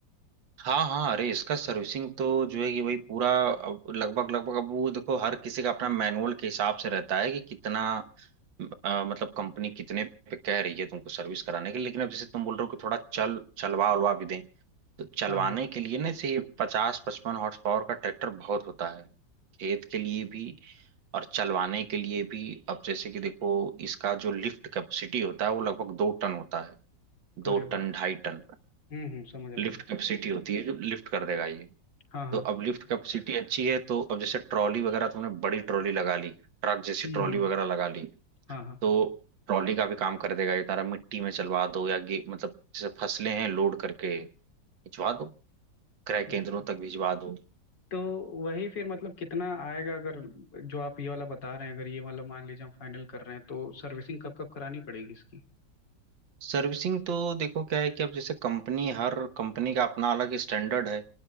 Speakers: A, on the right; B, on the left.
A: हाँ हाँ अरे इसका सर्विसिंग तो जो है कि वही पूरा अब लगभग लगभग अब वो देखो हर किसी का अपना मैनुअल के हिसाब से रहता है कि कितना अ, मतलब कंपनी कितने पे कह रही है तुमको सर्विस कराने के लिए। लेकिन अब जैसे तुम बोल रहे हो कि थोड़ा चल चलवा उलवा भी दें तो चलवाने
B: हाँ हाँ
A: के लिए ना से पचास पचपन हॉर्स पावर का ट्रैक्टर बहुत होता है खेत के लिए भी और चलवाने के लिए भी अब जैसे कि देखो इसका जो लिफ्ट कैपेसिटी होता है वो लगभग दो टन होता है दो
B: अरे
A: टन
B: बाप
A: ढाई टन
B: हम्म हम्म समझ रहे
A: लिफ्ट
B: हैं
A: कैपेसिटी होती है जो लिफ्ट कर देगा ये
B: हाँ
A: तो
B: हाँ
A: अब लिफ्ट कैपेसिटी अच्छी है तो अब जैसे ट्रॉली वगैरह तुमने बड़ी ट्रॉली लगा ली ट्रक जैसी
B: हम्म
A: ट्रॉली
B: हम्म
A: वगैरह लगा ली
B: हाँ हाँ
A: तो ट्रॉली का भी काम कर देगा ये तारा मिट्टी में चलवा दो या गे मतलब जैसे फसलें हैं लोड करके भिजवा दो क्रय केंद्रों
B: नहीं।
A: तक भिजवा दो
B: तो वही फिर मतलब कितना आएगा अगर जो आप ये वाला बता रहे हैं अगर ये वाला मान लीजिए हम फाइनल कर रहे हैं तो सर्विसिंग कब कब करानी पड़ेगी इसकी
A: सर्विसिंग तो देखो क्या है कि अब जैसे कंपनी हर कंपनी का अपना अलग स्टैंडर्ड है